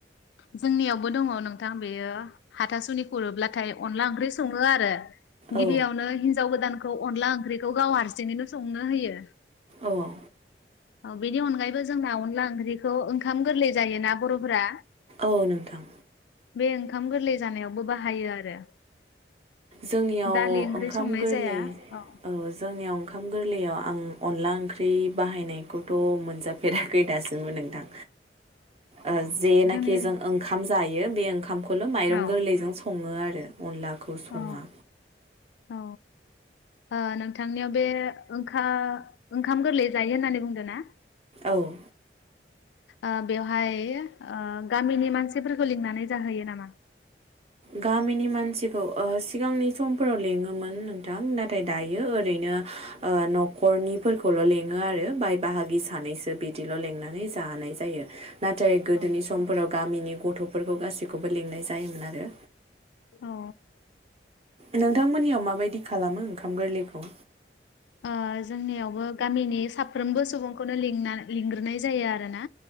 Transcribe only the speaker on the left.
जोंनियावबो दङ नोंथां। बेयो हाथासुनि खुरोब्ला थाय अनला ओंख्रि सङो आरो गिबियावनो
हिनजाव गोदान खौ अनला ओंख्रिखौ गाव हारसिंङैनो संनो होयो।
औ बेदि अनगायैबो जोंहा अनला ओंख्रिखौ ओंखाम गोरलै जायोना बर'फोरा
बे ओंखाम गोरलै जानायावबो बाहायो आरो
दालि ओंख्रि
संनाय
जाया अ
जोंनि
औ
औ औ ओ नोंथांनियाव बे ओंखा ओंखाम गोरलै जायो होननानै बुंदो ना?
ओ बेवहाय ओ गामिनि मानसिफोरखौ लिंनानै जाहैयो नामा।
औ
औ।
ओ जोंनियावबो गामिनि साफ्रोमबो सुबुं। बेखौनो लिंना लिंग्रोनाय जायो आरो ना।